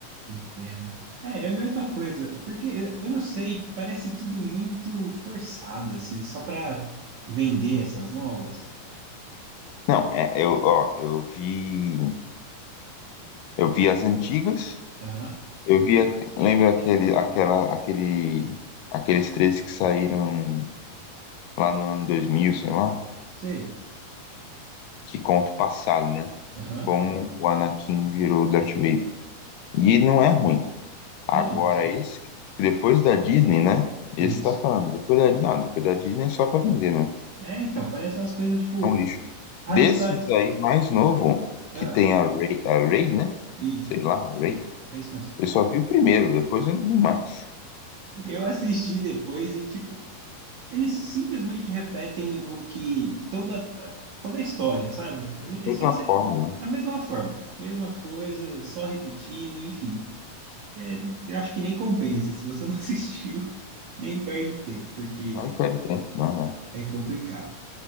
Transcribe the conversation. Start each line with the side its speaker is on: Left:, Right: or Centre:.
Right: entendo. É, é a mesma coisa. É porque eh, eu não sei, parece tudo muito forçado, esse, só para vender essas novas.
Left: Não, é, eu, ó, eu vi, eu vi as antigas,
Right: Aham,
Left: eu vi, a- lembra aquele, aquela, aquele, aqueles três que saíram lá no ano 2000, sei lá,
Right: sei.
Left: que conta o passado, né?
Right: Aham.
Left: Como o Anakin virou Darth Vader. E não é ruim. Agora
Right: Não, não são.
Left: esse, depois da Disney, né? Esse
Right: É isso.
Left: tá falando, depois da, não, depois da Disney é só pra vender, né?
Right: É, então, parecem umas coisas tipo,
Left: É um lixo.
Right: as
Left: Desses
Right: histórias.
Left: aí mais novo,
Right: Ah,
Left: que tem a Rey, a Rey, né?
Right: isso,
Left: Sei lá, Rey.
Right: é isso mesmo.
Left: Eu só vi o primeiro, depois eu não vi mais.
Right: Eu assisti depois e, tipo, Eles simplesmente repetem o que toda toda a história, sabe? É
Left: Mesma
Right: só se-
Left: fórmula. né?
Right: é a mesma forma, mesma coisa, só repetindo, enfim. É, eu acho que nem compensa. Se você não <laughs> assistiu, nem perde tempo, porque
Left: Não quero tempo, não.
Right: é complicado.